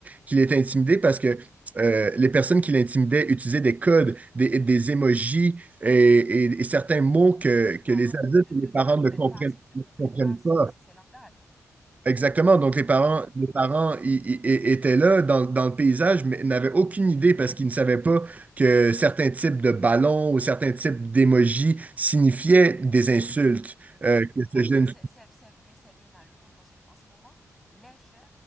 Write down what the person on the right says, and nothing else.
qu'il était intimidé parce que euh, les personnes qui l'intimidaient utilisaient des codes, des, des émojis et, et- et certains mots que,
que les
adultes
et les parents
ne comprennent,
ne comprennent
pas.
Exactement. Donc,
les
parents, les parents i- i- i- étaient là dans, dans le paysage, mais n'avaient aucune idée parce qu'ils ne savaient pas que certains types de ballons ou certains types d'émojis signifiaient des insultes
euh,
que
ce
jeune